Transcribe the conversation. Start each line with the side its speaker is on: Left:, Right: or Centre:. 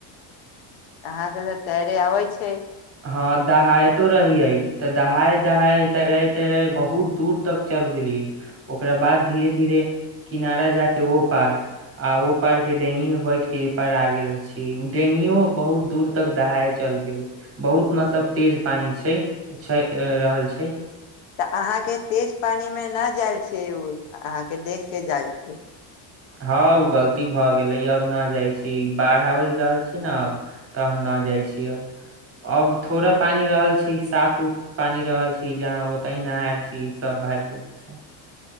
Left: अहाँ के त तैरे अबै छै
Right: हँ दहायतो रहियइ तऽ दहााय दहााय तैराे तैरे बहुत दूर तक चल गेलियै ओकरा बाद धीरे धीरे किनारा जा के ओ पार आ ओ पार के डेंगी में बैठ के ए पार आ गेल छीये उ डेंगियो बहुत दूर तक दहाय छै चल गेल बहुत मतलब तेज पानी छै छै रहल छै
Left: तऽ अहाँ के तेज पानी में न जाय छै ओ अहाँ के देख के जाय छै
Right: हँ ओ गलती भऽ गेलै अब न जाइ छी बाढ़ आबि रहल छी ने अब तऽ हम न जाइ छीय अब अब थोड़ा पानी रहल छी साफ उफ पानि रहल छी जहाँ ओत ही नहायल छी सब भाय लोग के साथ